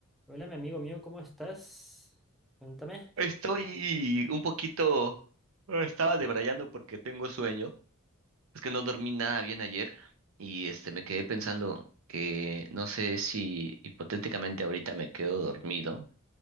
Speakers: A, in the centre; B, on the right.
A: Hola, mi amigo mío, ¿cómo estás? Cuéntame.
B: Estoy
A: <laughs>
B: un poquito... ah, Estaba debrayando porque tengo sueño. Es que no dormí nada bien ayer y este me quedé pensando que no sé si hipotéticamente ahorita me quedo dormido